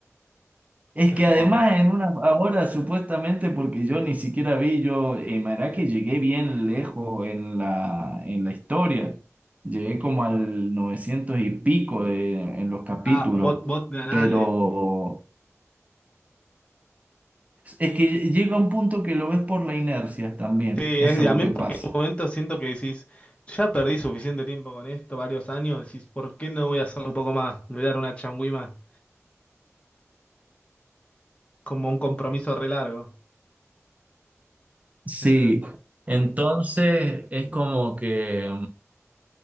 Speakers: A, on the right; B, on the left.
A: Es
B: yo.
A: que además en una ahora supuestamente porque yo ni siquiera vi yo en que llegué bien lejos en la en la historia. Llegué como al 900 y pico de- en los capítulos,
B: Ah, vos, vos ganás
A: pero es que llega un punto que lo ves por la inercia también,
B: Sí,
A: eso
B: es, y
A: es
B: a
A: lo
B: mí
A: que
B: porque
A: pasa.
B: en un momento siento que decís, ya perdí suficiente tiempo con esto, varios años, decís, ¿por qué no voy a hacerlo un poco más? Le voy a dar una changüima, como un compromiso re largo.
A: Sí,
B: En ese sentido.
A: entonces es como que